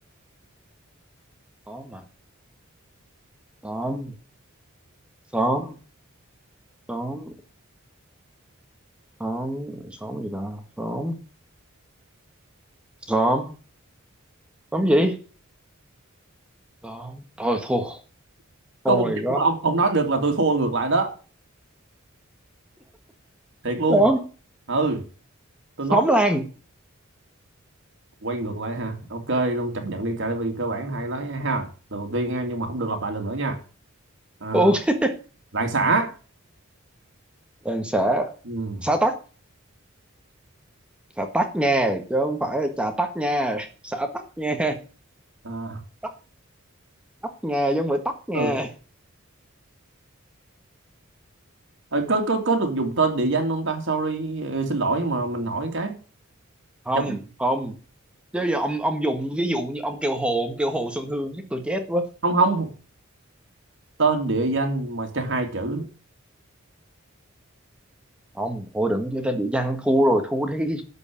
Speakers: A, in the centre; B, on the right.
A: xóm mà xóm xóm xóm xóm xóm gì ta xóm xóm xóm gì xóm thôi thua
B: có
A: oh
B: một
A: my
B: chữ
A: god
B: ông ông nói được là tôi thua ngược lại đó thiệt luôn
A: xóm
B: ừ tôi nói
A: xóm làng
B: quay ngược lại ha ok luôn chấp nhận đi tại vì cơ bản hay lắm ha lần đầu tiên ha nhưng mà không được lặp lại lần nữa nha à,
A: ok
B: làng xã
A: làng xã
B: ừ.
A: xã tắc xã tắc nha chứ không phải là trà tắc nha xã tắc nha
B: À,
A: tắc tắc nha giống không phải tắc nha
B: ừ Ờ, có có có được dùng tên địa danh không ta sorry ờ, xin lỗi nhưng mà mình hỏi cái
A: không
B: chụp
A: không chứ giờ ông ông dùng ví dụ như ông kêu hồ ông kêu hồ Xuân Hương chắc tôi chết quá
B: không không tên địa danh mà cho hai chữ
A: không thôi đừng chơi tên địa danh thua rồi thua đi